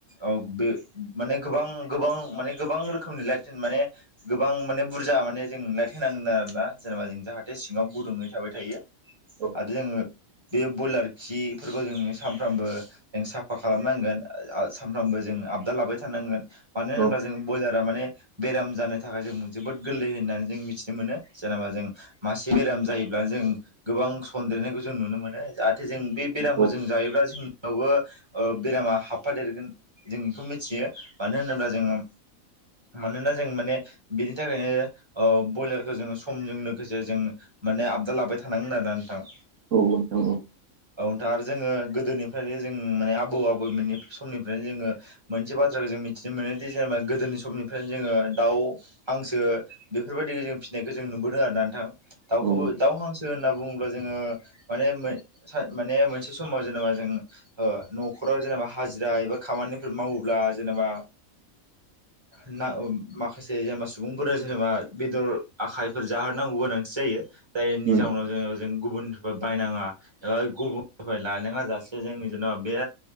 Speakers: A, on the right; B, on the right.
A: अगो माने गोबां गोबां माने गोबां रोखोमनि लाइट दिनमाने गोबां माने बुरजा माने जों लाइट होनांगोन आरो ना जेनेबा जों जाहा थे सिङाव गुदुंङै थाबाय थायो
B: औ
A: आरो जोङो बे ब्रयलार खिफोरखौ जोङो सानफ्रामबो जों साफा खालामनांगोन सानफ्रामबो जों आबदा लाबाय थानांगोन मानो होनोबब्ला
B: औ
A: जों ब्रयलार आ माने बेराम जानो थाखाय जों जोबोद गोरलै होननानै जों मिथिनो मोनो जेनेबा जों मासे बेराम जायोब्ला जों गोबां सन्देरनायखौ जों नुनो मोनो जाहाथे जों बे बेरामखौ
B: औ
A: जों जायोब्ला जोंनियावबो ओ बेरामा हाबफादेरगोन जों बेखौ मिथियो। मानो होनोब्ला जोङो मानोना जों माने बेनि थाखायनो ओ ब्रयलारखौ जोङो समजों लोगोसे जों माने आबदे लाबाय थानांगोन आरोना नोंथां।
B: औ नोंथां औ।
A: औ नोंथां आरो जोङो गोदोनिफ्रायनो जों माने आबौ आबौमोननि समनिफ्रायनो जोङो मोनसे बाथ्राखौ जों मिथिनो मोनोदि जेनेबा गोदोनि समनिफ्रायनो जोङो दाउ हांसो बेफोरबायदिखौ जों फिसिनायखौ जों नुबोदों आर नोंथां दाउखौबो
B: औ
A: दाउ हांसो होनना बुङोब्ला जोङो माने माने मोनसे समाव जेनेबा जों ओ न'खराव जेनेबा हाजिरा एबा खामानिफोर मावोब्ला जेनेबा <inaudible> ना माखासे जेनेबा सुबुंफोरा जेनेबा बेदर आखाइफोर जाहोनोनांगौ गोनांथि जायो। जायनि
B: औ
A: जाउनाव जोङो जों गुबुननिफ्राय बायनाङा एबा गुबुननिफ्राय लायनाङा जासे जों जेन'बा बे